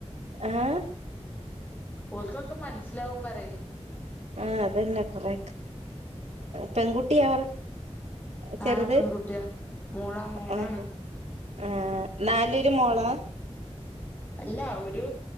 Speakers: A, on the right; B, on the left.
A: ആഹ്
B: ഓൽക്കൊ മനസ്സിലാവും പറേ
A: ആ അതന്നെ കൊറെക് പെൺകുട്ടിയ അവർ ചെറുത്
B: ആഹ് പെൺകുട്ടിയാ മോളാ മോളാണ്
A: ആ ആ നാല് മോളാ
B: അല്ല ഒരു